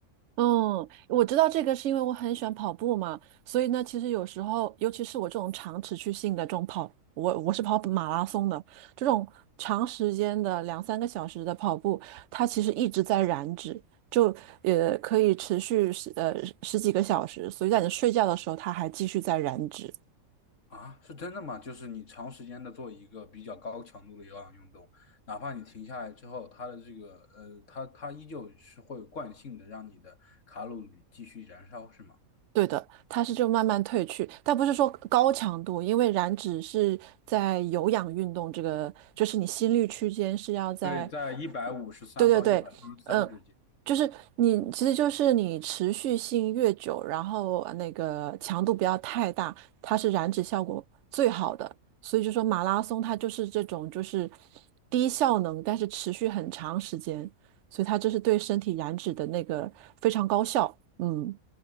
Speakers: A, on the right (about 65°); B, on the left (about 60°).
A: 嗯，我知道这个是因为我很喜欢跑步嘛，所以呢，其实有时候，尤其是我这种长持续性的这种跑，我我是跑马拉松的，这种长时间的两三个小时的跑步，它其实一直在燃脂，就呃可以持续十呃十几个小时，所以在你睡觉的时候，它还继续在燃脂。
B: 啊，是真的吗？就是你长时间的做一个比较高强度的有氧运动，哪怕你停下来之后，它的这个呃，它它依旧是会有惯性的让你的卡路里继续燃烧，是吗？
A: 对的，它是就慢慢褪去，但不是说高强度，因为燃脂是在有氧运动这个，就是你心率区间是要在。
B: 对，在一百五十三到一百六十三之间。
A: 对对对，嗯，就是你，其实就是你持续性越久，然后呃那个强度不要太大，它是燃脂效果最好的。所以就说马拉松它就是这种就是低效能，但是持续很长时间，所以它就是对身体燃脂的那个非常高效。嗯，